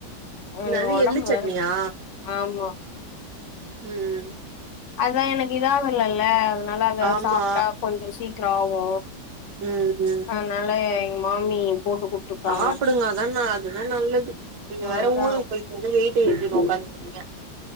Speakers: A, on the right (about 75°); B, on the left (about 55°).
A: என்னது
B: அ ஒடம்பு
A: எள்ளு சட்னியா
B: வேற ஆமா
A: ம்
B: அதா எனக்கு இதாகலல்ல அதனால அத
A: ஆமா
B: சாப்ட்டா கொஞ்ச சீக்கிர ஆவு
A: ம் ம்
B: அதனால எங்க மாமி போட்டு குடுத்துட்டாங்க
A: சாப்புடுங்க அதான அதுதா நல்லது நீங்க வேற
B: அதா
A: ஊருக்கு போயிட்டு வந்து வெய்ட் ஏத்திட்டு ஒக்காந்துட்டு இருக்கிங்க